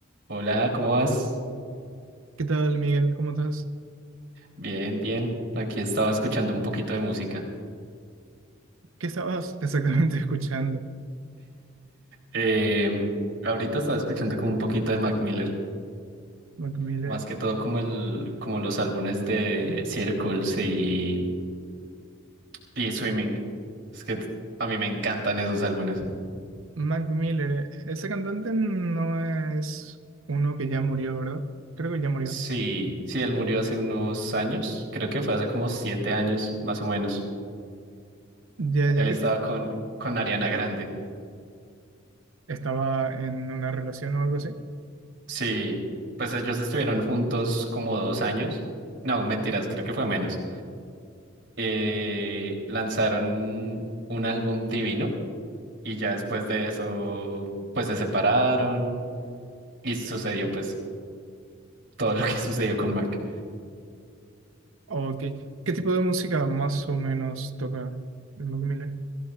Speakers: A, on the right (about 60°); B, on the right (about 85°).
A: Hola, ¿cómo vas?
B: ¿Qué tal, Miguel? ¿Cómo estás?
A: Bien, bien. Aquí estaba escuchando un poquito de música.
B: ¿Qué estabas exactamente <laughs> escuchando?
A: Em, ahorita estaba escuchando como un poquito de Mac Miller,
B: Mac Miller.
A: más que todo como el, como los álbumes de Circles y, y Swimming. Es que a mí me encantan esos álbumes.
B: Mac Miller, eh, ese cantante no es uno que ya murió, ¿verdad? Creo que ya murió.
A: Sí, sí, él murió hace unos años, creo que fue hace como siete años, más o menos.
B: Ya, ya
A: Él estaba
B: que ti-
A: con, con Ariana Grande.
B: estaba en una relación o algo así.
A: Sí, pues ellos estuvieron juntos como dos años. No, mentiras, creo que fue menos. eh, lanzaron un álbum divino y ya después de eso pues se separaron y sucedió pues todo lo que <laughs> sucedió con Mac.
B: ¿O qué, qué tipo de música más o menos toca el Mac Miller?